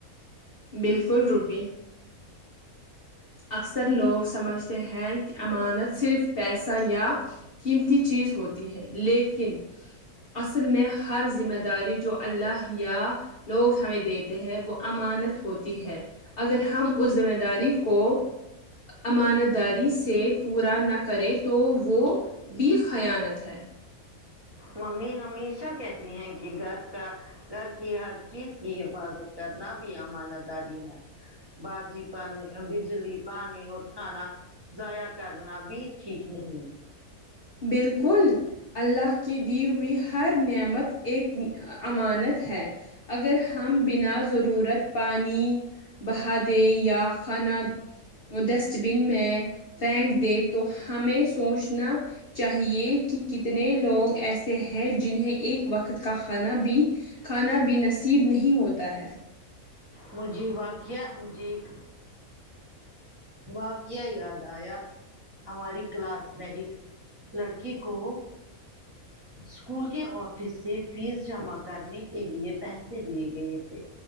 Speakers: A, on the left; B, on the right.
A: بالکل روبی اکثر لوگ سمجھتے ہیں کہ امانت صرف پیسہ یا قیمتی چیز ہوتی ہے لیکن اصل میں ہر ذمہ داری جو اللہ یا لوگ ہمیں دیتے ہیں وہ امانت ہوتی ہے اگر ہم اس ذمہ داری کو امانتداری سے پورا نہ کرے تو وہ بھی خیانت ہے
B: ممی ہمیشہ کہتی ہیں کہ گھر کا گھر کی ہر چیز کی حفاظت کرنا بھی امانت داری ہے باجی پانی بجلی پانی اور کھانا ضائع کرنا بھی ٹھیک نہیں
A: بالکل اللہ کی دی ہوئی ہر نعمت ایک امانت ہے اگر ہم بینا ضرورت پانی بہا دے یا کھانا ڈسٹ بین میں پھینک دے تو ہمیں سوچنا چاہیے کہ کتنے لوگ ایسے ہیں جنہیں ایک وقت کا کھانا بھی کھانا بھی نصیب نہیں ہوتا ہے
B: مجھےواقعہ مجھے ایک واقعہ یاد آیا ہماری کلاس میں ایک لڑکی کو اسکول کے آفس سے فیس جمع کرنے کے لئے پہس دیے گئے تھے